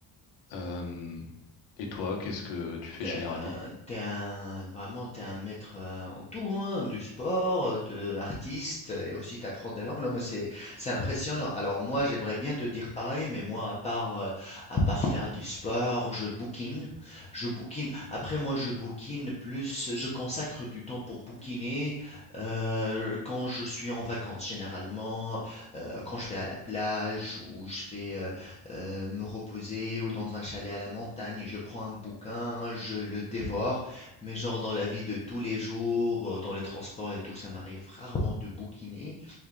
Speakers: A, on the left; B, on the left.
A: Euh, et toi, qu'est-ce que tu fais
B: T'es,
A: généralement?
B: euh, t'es un, vraiment, t'es un maître euh, en tout, hein, du sport, euh, de artiste, et aussi t'apprends des langues. Non, mais c'est, c'est impressionnant. Alors moi, j'aimerais bien te dire pareil, mais moi, à part, euh, à part faire du sport, je bouquine, je bouquine. Après, moi, je bouquine plus, je consacre du temps pour bouquiner euh, quand je suis en vacances, généralement, euh, quand je vais à la plage ou je vais euh, euh, me reposer ou dans un chalet à la montagne. Je prends un bouquin, je le dévore, mais genre dans la vie de tous les jours, euh, dans les transports et tout, ça m'arrive rarement de bouquiner.